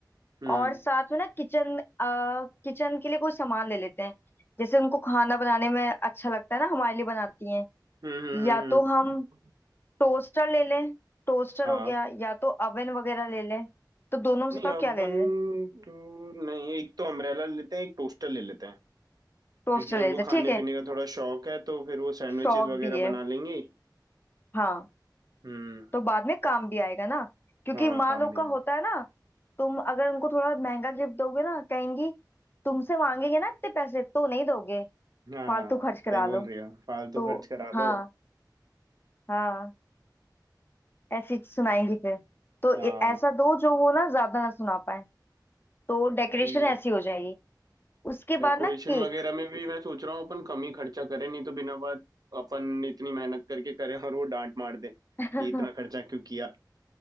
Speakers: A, on the right; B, on the left.
A: हम्म
B: और साथ में ना किचन में आ, किचन के लिए कोई सामान ले लेते हैं जैसे उनको खाना बनाने में अच्छा लगता है ना हमारे लिए बनाती हैं
A: हम्म हम्म,
B: या तो हम
A: हम्म। हम्म।
B: टोस्टर ले लें टोस्टर
A: हाँ
B: हो गया या तो अवन वगैरह ले लें तो दोनों में से
A: नहीं
B: बताओ
A: अवन
B: क्या ले लें
A: टू नहीं एक तो अम्ब्रेला लेते हैं एक टोस्टर ले लेते हैं
B: टोस्टर
A: क्योंकि उनको
B: ले लेते हैं,
A: खाने
B: ठीक है
A: पीने का थोड़ा शौक है तो फिर वो सैंडविचेस
B: शौक
A: वगैरह
B: भी है
A: बना लेंगी
B: हाँ
A: हम्म
B: तो बाद में काम भी आएगा ना क्योंकि
A: हाँ
B: माँ
A: काम
B: लोग
A: भी
B: का
A: है
B: होता है ना तुम अगर उनको थोड़ा महंगा गिफ्ट दोगे ना कहेंगी तुमसे मांगेंगे ना इतने पैसे तो नहीं दोगे
A: हाँ
B: फालतू खर्च
A: सही
B: करा
A: बोल
B: लो
A: रही हो फालतू
B: तो
A: खर्च करा लो
B: हाँ हाँ ऐसी सुनाएंगी फिर तो ए-
A: हाँ
B: ऐसा दो जो वो ना ज्यादा ना सुना पाए तो डेकोरेशन
A: यही है
B: ऐसी हो जाएगी उसके
A: डेकोरेशन
B: बाद ना केक
A: वगैरह में भी मैं सोच रहा हूँ अपन कम ही खर्चा करें नहीं तो बिना बात अपन इतनी मेहनत करके करें और वो डांट मार दे
B: <laughs>
A: कि इतना खर्चा क्यों किया